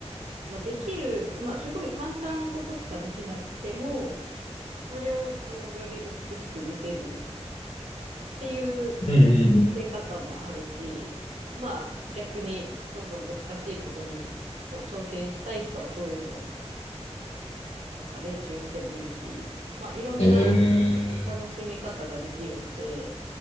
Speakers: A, on the right (about 85°); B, on the left (about 80°).
A: まあ、できる、まあ、すごい簡単なことしかできなくても、まあ、それをこう、より美しく見せるっていう見せ方もあるし、
B: うんうんうん。
A: まあ、逆にどんどん難しいことにこう挑戦したい人はそういうのをなんか練習してもいいし、まあ、いろんな
B: ええ
A: 楽しみ方ができるので、